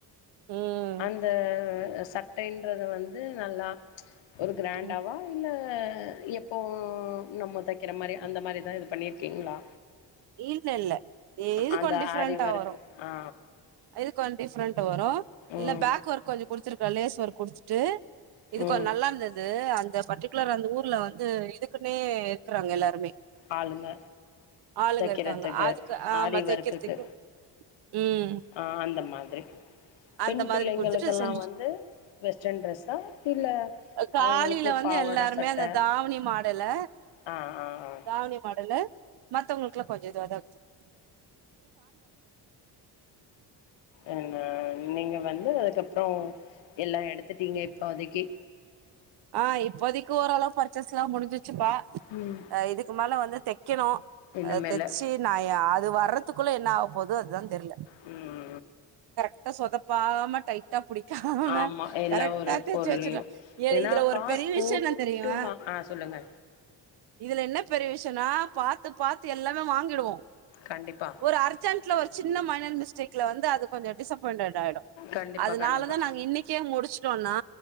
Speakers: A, on the right; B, on the left.
A: ம்
B: அந் இந்த சட்டைன்றது வந்து நல்லா ஒரு கிராண்டாவா
A: ம்
B: இல்ல எப்போ நம்ம தைக்கிற மாரி அந்த மாரி தா இது பண்ணியிருக்கீங்ளா
A: இல்ல இல்ல இது
B: அந்த
A: கொஞ் டிஃப்ரெண்ட்டா
B: ஆரி ஒர்க்கு
A: வரு
B: ஆ
A: இது கொஞ் டிஃப்ரண்ட் வரு இல்ல
B: ம்
A: பேக் ஒர்க் கொஞ்சோ குடுத்திருக்க லேஸ் ஒர்க் குடுத்துட்டு இது
B: ம்
A: கொஞ் நல்லாருந்தது அந்த பட்டி ரெக்குலர் அந்த ஊர்ல வந்து இதுக்குன்னே இருக்குறாங்க எல்லாருமே
B: ஆளுங்க
A: ஆளுங்க
B: தைக்கிறதுக்கு
A: இருக்காங்க அதுக்கு ஆமா
B: ஆரி ஒர்க்குக்கு
A: தைக்கிறதுக்கு ம்
B: ஆ அந்த மாதிரி பெண்
A: அந்த
B: பிள்ளைங்களுக்கெல்லா
A: மாதிரி குடுத்துட்டு செஞ்சு
B: வந்து வெஸ்டர்ன் ட்ரெஸ்சா இல்ல
A: காலையில
B: அவங்களுக்கு
A: வந்து
B: பாவாட
A: எல்லாருமே
B: சட்ட
A: அந்த தாவணி மாடல்ல
B: ஆ ஆ ஆ
A: தாவணி மாடலு மத்தவங்களுக்குலா கொஞ்சோ இதுவா தா இருக்கு
B: என்னா நீங்க வந்து அதுக்கப்றோ எல்லா எடுத்துட்டீங்க இப்போதிக்கி
A: ஆ இப்போதைக்கு ஓரளவு பர்ச்சேஸ் எல்லா முடிஞ்சிச்சுப்பா
B: ம்
A: இதுக்கு மேல வந்து தைக்கணு
B: இனிமேலு
A: அ தெச்சி நா அ அது வர்றதுக்குள்ள என்ன ஆவ போதோ அதா தெர்ல
B: ம்
A: கரெக்டா சொதப்பாம டைட்டா புடிக்காம
B: ஆமா எல்லா
A: கரெக்டா
B: ஒரு
A: தெச்சு
B: பொருளையு
A: வெச்சிட
B: ஏன்னா
A: இதுல ஒரு
B: காசு
A: பெரிய
B: போட்டு
A: விஷய என்ன தெரியமா
B: வா ஆ சொல்லுங்க
A: இதுல என்ன பெரிய விஷயன்னா பாத்து பாத்து எல்லாமே வாங்கிடுவோ
B: கண்டிப்பா
A: ஒரு அர்ஜென்ட்ல ஒரு சின்ன மைனர் மிஸ்டேக்ல வந்து அது கொஞ்சோ டிசப்பாயிண்ட்டட் ஆயிடு
B: கண்டிப்பா
A: அதுனாலதா
B: கண்டிப்பா
A: நாங்க இன்னைக்கே முடிச்சுட்டோன்னா